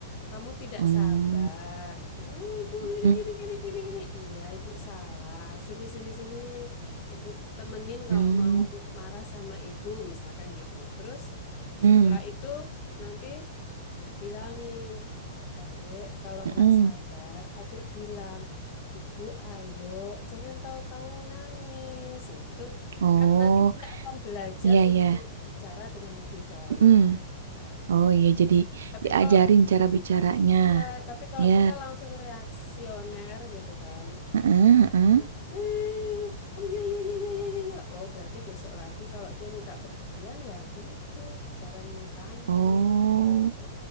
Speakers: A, on the left; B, on the right.
A: Kamu tidak
B: mm,
A: sabar gitu. Oh, ibu gini
B: mm,
A: gini gini gini gini. Iya, ibu salah. Sini sini sini. Ibu temenin
B: mm,
A: kalau mau marah sama ibu misalkan gitu. Terus
B: mm,
A: setelah itu nanti Bilangin, adik, kalau
B: mm.
A: nggak sabar, adik bilang, ibu ayo, jangan tahu-tahu nangis, gitu.
B: oh
A: Kan nanti dia akan belajar
B: iya
A: untuk
B: ya,
A: bicara dengan lebih baik.
B: mm
A: Ah, gitu.
B: oh iya jadi
A: Tapi
B: diajarin
A: kalau,
B: cara bicaranya,
A: iya, tapi kalau
B: ya,
A: kita langsung reaksioner gitu kan,
B: Mm-mm,
A: terus, "Eh, oh iya, iya, iya, iya, iya, iya, iya." oh berarti besok lagi kalau dia minta perhatian ya gitu, caranya tantrum,
B: oh
A: gitu.